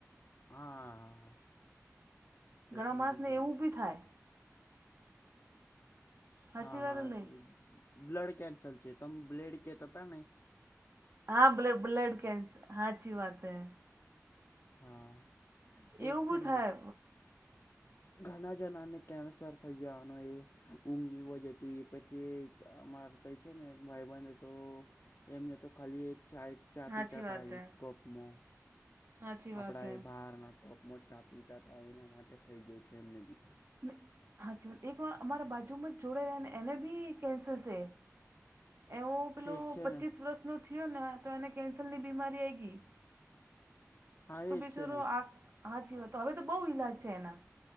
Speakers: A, on the left (about 45°); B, on the right (about 50°).
A: હાા હા હા. તે
B: ઘણા
A: સમજી
B: માણસને
A: ગયો
B: એવું
A: મેં
B: બી થાય. સાચી
A: હા
B: વાત
A: હા
B: નહીં
A: એ બ્લડ કેન્સલ છે તમ બ્લેડ કે ત હતા નહી.
B: હા બ બ્લડ કે હા અચ્છી વાત હૈ
A: હા એ
B: એવું
A: જ છે
B: બી
A: ને
B: થાય
A: ઘણા જણાને કેન્સર થઈ જવાનો એ ઊગી જતી પછી અમાર થ છે ને ભાઈ બને તો એમને તો ખાલી એ સાહેબ ચા
B: સાચી
A: પીતા
B: વાત
A: થાય
B: હે
A: જ કપમાં
B: સાચી
A: આપણા
B: વાત હે
A: એ બહારના કપમાં ચા પીતા હતાા એના માટે થઈ ગયું છે એમને બી
B: ને હા જીવન એક વાર અમારા બાજુમાં જ જોડે રહે ને એને બી કેન્સલ છે. એવો પેલો
A: એ જ છે
B: પચીસ
A: ને
B: વર્ષ ન થયો ને તો એને કેન્સરની બીમારી આ ગઈ-
A: હા
B: તો
A: એ જ
B: બીસ
A: છે
B: આ
A: ને
B: હાચી વાતો હવે તો બહુ ઈલાજ છે એના-